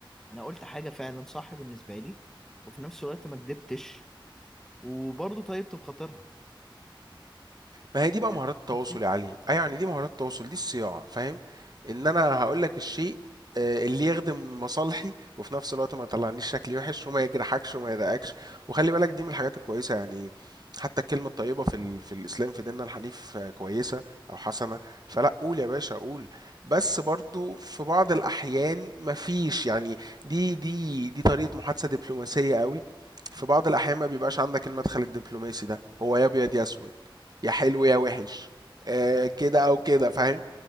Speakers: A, in the centre; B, on the right (about 50°).
A: أنا قلت حاجة فعلا صح بالنسبة لي وفي نفس الوقت ما كدبتش وبرضه طيبت بخاطرها
B: ما هي دي بقى
A: آه،
B: مهارات
A: فاهم
B: التواصل
A: قصدي؟
B: يا علي اه يعني دي مهارات التواصل دي الصياعة فاهم ان انا هقول لك الشيء آه، اللي يخدم مصالحي وفي نفس الوقت ما يطلعنيش شكلي وحش وما يجرحكش وما يضايقكش وخلي بالك دي من الحاجات الكويسة يعني حتى الكلمة الطيبة في ال... في الإسلام في ديننا الحنيف آه، كويسة أو حسنة فلا قول يا باشا قول بس برضو في بعض الأحيان مفيش يعني دي دي دي طريقة محادثة دبلوماسية قوي في بعض الأحيان ما بيبقاش عندك المدخل الدبلوماسي ده هو يا أبيض يا أسود يا حلو يا وحش آه كده او كده فاهم